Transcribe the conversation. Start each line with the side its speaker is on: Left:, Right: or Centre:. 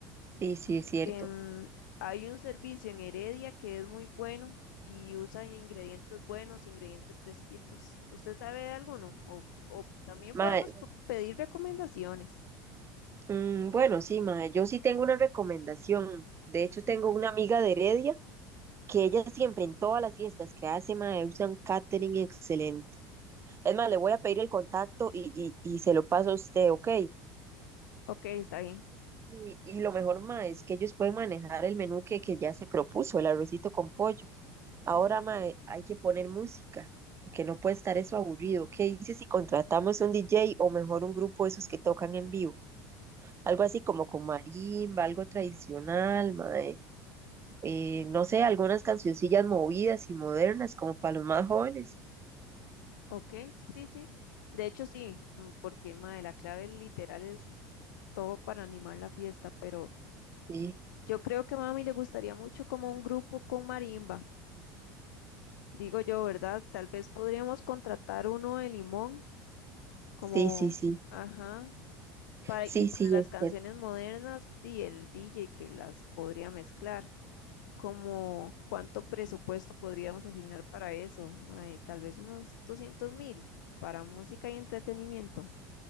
Right: Sí, sí, es cierto.
Left: Em, hay un servicio en Heredia que es muy bueno y usa ingredientes buenos, ingredientes fresquitos. ¿Usted sabe de alguno? O, o también
Right: Mae,
Left: podemos po- pedir recomendaciones.
Right: mm, bueno, sí, mae, yo sí tengo una recomendación. De hecho, tengo una amiga de Heredia que ella siempre en todas las fiestas que hace, mae, usa un catering excelente. Es más, le voy a pedir el contacto y, y, y se lo paso a usted, ¿ok?
Left: Ok, está bien.
Right: Y, y lo mejor, mae, es que ellos pueden manejar el menú que, que ya se propuso, el arrocito con pollo. Ahora,
Left: Ujú.
Right: mae, hay que poner música, porque no puede estar eso aburrido. ¿Qué dices si contratamos un DJ o mejor un grupo de esos que tocan en vivo? Algo así como con marimba, algo tradicional, mae. Eh, no sé, algunas cancioncillas movidas y modernas, como para los más jóvenes.
Left: Ok, sí, sí. De hecho, sí, mm, porque mae, la clave literal es todo para animar la fiesta, pero
Right: Sí,
Left: yo creo que a mami le gustaría mucho como un grupo con marimba, digo yo, ¿verdad? Tal vez podríamos contratar uno de Limón, como,
Right: sí, sí, sí.
Left: ajá, para,
Right: Sí,
Left: y para
Right: sí,
Left: las
Right: es
Left: canciones
Right: cierto.
Left: modernas, di el DJ que las podría mezclar. como cuánto presupuesto podríamos asignar para eso, mae, tal vez unos doscientos mil para música y entretenimiento.